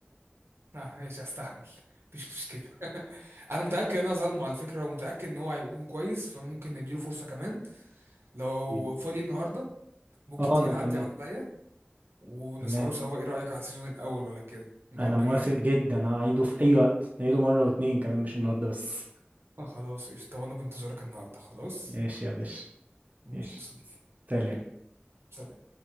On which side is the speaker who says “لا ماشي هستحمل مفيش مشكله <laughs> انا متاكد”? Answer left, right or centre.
Right